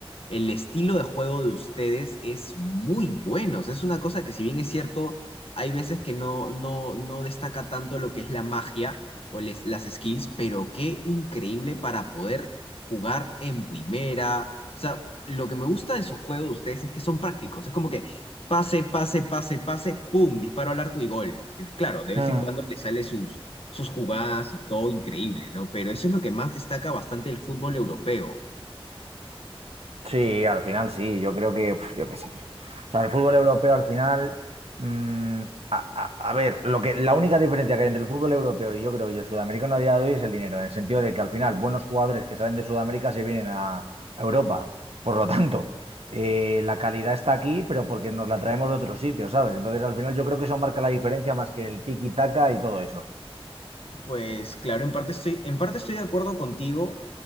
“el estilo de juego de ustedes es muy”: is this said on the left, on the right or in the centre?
Left